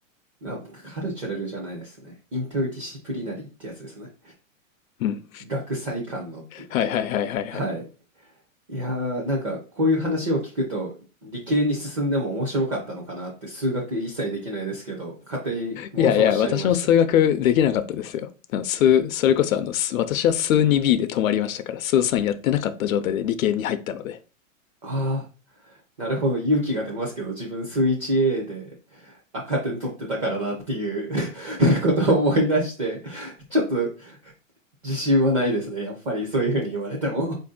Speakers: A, on the right (about 25°); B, on the left (about 80°).
A: あ、カルチュラルじゃないですね。インターディシプリナリーってやつですね。
B: うん。
A: 学際間のっていう。
B: はいはいはいはいはい。
A: はい。いやー、なんかこういう話を聞くと、理系に進んでも面白かったのかなって、数学一切できないですけど、勝手に妄想しちゃいました。
B: いやいや、私も数学できなかったですよ。あの数、それこそあの、数私は数 2B で止まりましたから、数3やってなかった状態で理系に入ったので。
A: ああ、なるほど、勇気が出ますけど、自分数 1A で赤点取ってたからなっていう <laughs> ことを思い出して、ちょっと自信はないですね。やっぱりそういうふうに言われても。